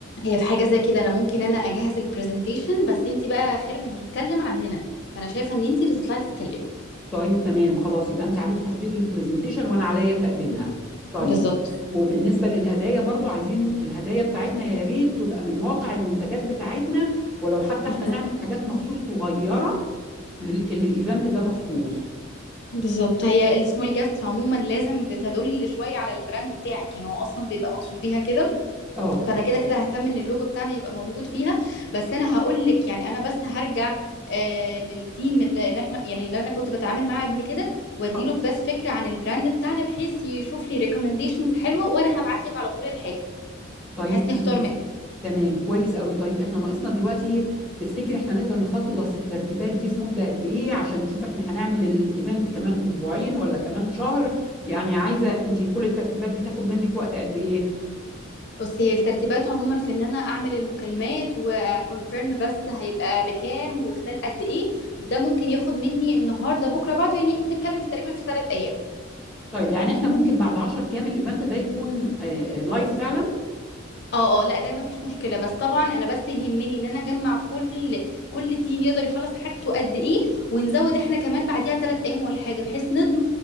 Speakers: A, on the left; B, in the centre.
A: هي في حاجه زي كده انا ممكن انا اجهز البرزنتيشن بس انت بقى خير من يتكلم عننا فانا شايفه ان انت اللي تطلعي تتكلمي
B: طيب تمام خلاص يبقى انت عليكي تحضير البرزنتيشن وانا عليا تقديمها طيب
A: بالظبط
B: وبالنسبة للهدايا برضو عايزين الهدايا بتاعتنا يا ريت تبقى من واقع المنتجات بتاعتنا ولو حتى احنا
A: بالظبط
B: نعمل حاجات مخصوص صغيرة لل- للايفنت ده مخصوص
A: بالظبط. هي السمول جافتس عموما لازم بتدل شويه على البراند بتاعك يعني هو اصلا بيبقى مقصود بيها كده
B: اه
A: فانا كده كده ههتم ان اللوجو بتاعنا يبقى موجود فيها بس انا هقول لك يعني انا بس هرجع آه للتيم اللي اللي احنا يعني اللي انا كنت بتعامل معاه قبل كده واديله
B: آه.
A: بس فكره عن البراند بتاعنا بحيث يشوف لي ريكومنديشنز حلوه وانا هبعت لك على طول الحاجه
B: طيب
A: بحيث نختار منها
B: تمام كويس قوي طيب احنا ناقصنا دلوقتي تفتكر احنا نقدر نخلص الترتيبات دي في مدة قد ايه عشان نشوف احنا هنعمل الايفنت كمان اسبوعين ولا كمان شهر يعني عايزة انت كل الترتيبات دي تاخد منك وقت قد ايه
A: بس هي الترتيبات عموما في ان انا اعمل المكالمات وكونفيرم بس هيبقى بكام وخلال قد ايه ده ممكن ياخد مني النهارده بكره بعده يعني بنتكلم في تقريبا في ثلاث ايام
B: طيب يعني احنا ممكن بعد 10 ايام الايفنت ده يكون آه، لايف فعلا
A: اه اه لا ده ما فيش مشكله بس طبعا انا بس يهمني ان انا اجمع كل كل تيم يقدر يخلص حاجته قد ايه ونزود احنا كمان بعديها ثلاث ايام ولا حاجه بحيث نضمن